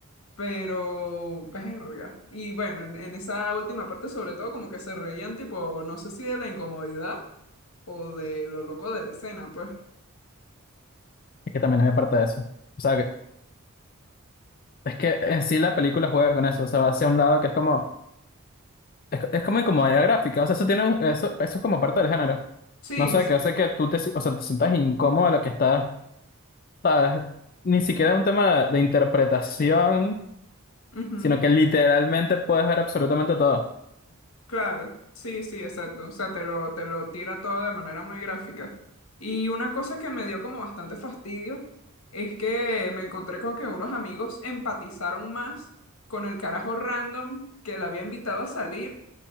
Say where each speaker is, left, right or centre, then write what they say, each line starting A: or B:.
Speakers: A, on the left; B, on the left.
A: pero verga. Y bueno, en en esa última parte sobre todo como que se reían tipo, no sé si de la incomodidad o de lo loco de la escena, pues.
B: que también es de parte de eso. O sea, que- es que en sí la película juega con eso, o sea, va hacia un lado que es como Es, es como incomodidad gráfica, o sea, eso tiene un- eso, eso es como parte del género.
A: Sí,
B: No sé,
A: sí.
B: que hace que tú te, si- o sea, te sientas incómodo de lo que estás, sabes, ni siquiera es un tema de, de interpretación,
A: ujú,
B: sino que literalmente puedes ver absolutamente todo.
A: Claro. Sí, sí, exacto. O sea, te lo, te lo tira todo de manera muy gráfica. Y una cosa que me dio como bastante fastidio es que me encontré con que unos amigos empatizaron más con el carajo random que la había invitado a salir